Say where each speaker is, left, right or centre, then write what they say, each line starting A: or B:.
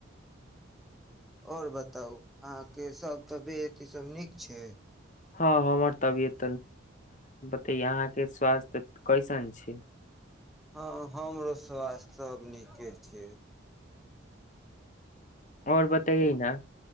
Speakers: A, in the centre; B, on the left (about 35°).
A: आओर बताउ अहाँके सभ तबियत ईसभ नीक छै
B: हँ हमर तबियत तऽ यहाँ के स्वास्थ्य कैसन छै
A: हँ हमरो स्वास्थ्य सभ नीके छै
B: आओर बतैै ने